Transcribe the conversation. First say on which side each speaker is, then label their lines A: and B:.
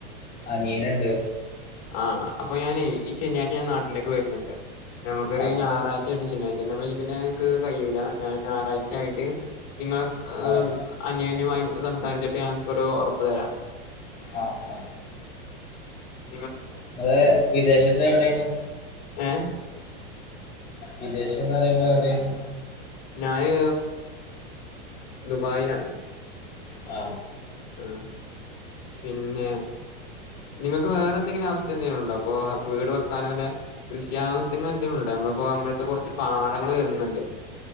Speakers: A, on the left; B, on the left.
A: അനിയന ഉണ്ട്
B: ആ അപ്പൊ ഞാൻ ഈ ശനിയാഴ്ച ഞാൻ നാട്ടിലേക്ക് വരുന്നുണ്ട് നമുക്കൊരു
A: ആഹ്
B: ഞായറാഴ്ചയായിട്ട് ശനിയാഴ്ച തപ്പ ഈ പിന്നെക്ക് കഴിയൂല്ല ഞ ഞായറാഴ്ച ആയിട്ട് നിങ്ങളെ ഏ
A: ആഹ്
B: അനയോന്യമായി സംസാരിച്ചിട്ട് ഞ ഇങ്ങക്കോരു ഉറപ്പ് തരാം
A: ആ ആ
B: ഉ
A: നിങ്ങള് വിദേശത്ത് എവിടെണ്
B: ഏഹ്
A: വിദേശം ന്ന് പറയുമ്പോ എവിടെണ്
B: ഞാന് ദുബായിലാണ്
A: ആ
B: ആ പിന്നെ നിങ്ങൾക്ക് വേറെ എന്തെങ്കിലും ആവശ്യത്തിന് എന്തെങ്കിലും ഉണ്ടോ അപ്പൊ വീട് വെക്കാനോ വല്ല കൃഷി ആവശ്യങ്ങൾ എന്തെങ്കിലും ഉണ്ടോ നമ്മളിപ്പോ നമ്മളടുത്ത് കുറച്ച് പാടങ്ങൾ വരുന്നുണ്ട്